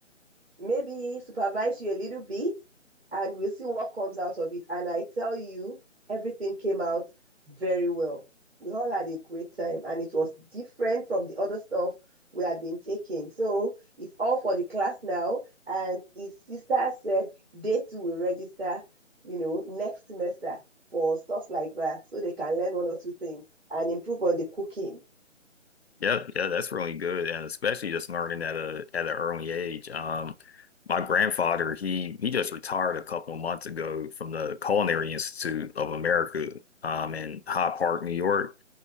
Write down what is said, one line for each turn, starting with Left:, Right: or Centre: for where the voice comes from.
Right: maybe supervise you a little bit, and we'll see what comes out of it. And I tell you, everything came out very well. We all had a great time, and it was different from the other stuff we had been taking. So it's all for the class now. And his sister said they too will register, you know, next semester for stuff like that so they can learn one or two things and improve on the cooking.
Left: Yeah, yeah, that's really good, and especially just learning at a at an early age. Um, my grandfather, he he just retired a couple of months ago from the Culinary Institute of America, um, in Hyde Park, New York,